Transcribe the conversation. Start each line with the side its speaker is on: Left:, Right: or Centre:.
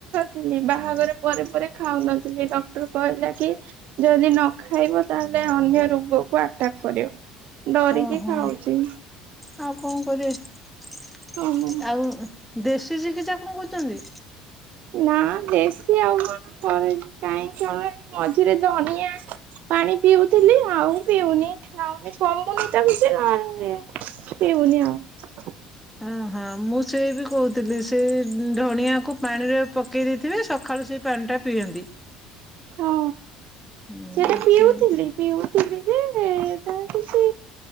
Right: ଥିଲି। ବାହାଘର ପରେ ପରେ ଖାଉନଥିଲି। ଡକ୍ଟର କହିଲା କି ଯଦି ନ ଖାଇବ ତା ହେଲେ ଅନ୍ୟ ରୋଗକୁ ଆଟାକ୍ କରିବ। ଡରିକି
Centre: ଓହୋ
Right: ଖାଉଛି।
Centre: ଆଉ କଣ କରିବେ।
Right: ଓହୋ।
Centre: ଆଉ ଦେଶୀ ଚିକିତ୍ସା କଣ କରୁଛନ୍ତି?
Right: ନା ଦେଶୀ ଆଉ କଣ କରେନି। କାଇଁ କଣ ଏଇ ମଝିରେ ଧନିଆ ପାଣି ପିଉଥିଲି ଆଉ ପିଉନି, ଖାଉନି। କମୁନି ତ କିଛି <unintelligible> ପିଉନି ଆଉ।
Centre: ଓ ହଁ ମୁଁ ସେଇ ବି କହୁଥିଲି ସେଇ ଧଣିଆକୁ ପାଣିରେ ପକେଇ ଦେଇଥିବେ ସକାଳୁ ସେଇ ପାଣିଟା ପିଅନ୍ତି।
Right: ହଁ
Centre: ହୁଁ
Right: ସେଟା ପିଉଥିଲି।
Centre: ସେଇ
Right: ପିଉଥିଲି ଯେ କାଇଁ କିଛି